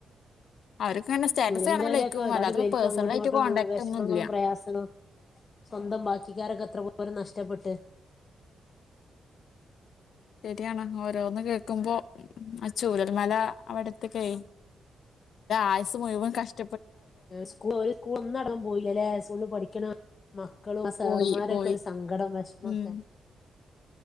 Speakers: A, on the left (about 70°); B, on the left (about 50°).
A: അവരൊക്കെ ഇങ്ങനെ സ്റ്റാറ്റസ്
B: ചുരൽമലേലോക്കെ
A: കാണുമ്പോ ലൈക്കും
B: ഒരാട്
A: അല്ലാതെ
B: പേർക്ക്
A: പേഴ്സണലായിട്ട്
B: അങ്ങോട്ടും ഇങ്ങോട്ടും
A: കോൺടാക്ട്
B: വിഷമങ്ങളും
A: ഒന്നും ഇല്ല
B: പ്രയാസങ്ങളും സ്വന്തം ബാക്കിക്കാരൊക്കെ എത്ര പോലും നഷ്ടപ്പെട്ട്
A: ശരിയാണ് ഓരോന്ന് കേൾക്കുമ്പോ അ ചൂരൽമല അവിടത്തെ അയ് ആയുസ് മുയുവൻ കഷ്
B: സ്കൂള് ഒരു സ്കൂൾ ഒന്നടങ്ങൻ പോയില്ലേ അല്ലേ? സ്കൂളിൽ പഠിക്കണ മക് ആ സാർമാരൊക്കെ
A: പോയി പോയി
B: ഒരു സങ്കടോം വെഷമൊക്കെ
A: ഉം